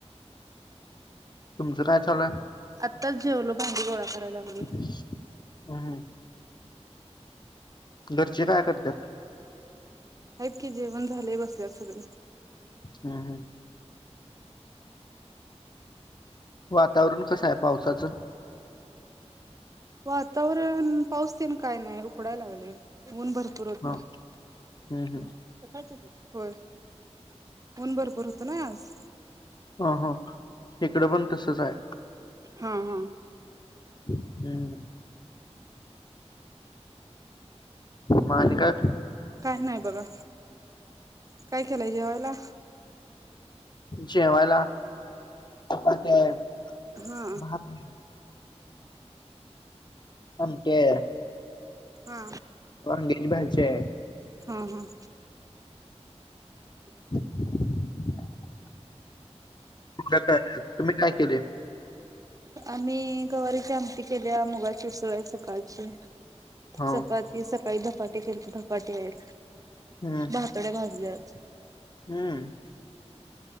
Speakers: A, on the left; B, on the right.
A: तुमचं काय चालूय?
B: आत्ताच जेवलो भांडी गोळा करायला. लागलोय
A: हम्म हम्म घरचे काय करत्यात?
B: आहेत की जेवण झाले बसल्यात सगळे.
A: हम्म हम्म. वातावरण कसं आहे पावसाचं?
B: वातावरण पाऊस तेन काय नाय उकडाय लागले ऊन भर पुर होता
A: ह
B: हा.
A: हम्म हम्म
B: होय ऊन भरपूर होत ना आज.
A: आ हा इकडं पण तसच आहे.
B: हा हा.
A: हम्म. म आणि काय?
B: काय नाही बघा काय केलाय जेवायला?
A: जेवायला चपात्या आहे.
B: हा.
A: भात आहे, आमटी आहे.
B: हा.
A: वांगीची भाजी आहे.
B: हां हां.
A: ह. <unintelligible> तुम्ही काय केले?
B: आम्ही गवारीची आमटी केल्या मुगाची उसळ आहे सकाळची
A: हो
B: चपात ते सकाळी धपाटे केले तर धपाटे आहेत.
A: हम्म
B: भातोड्या भाजल्यात
A: हम्म.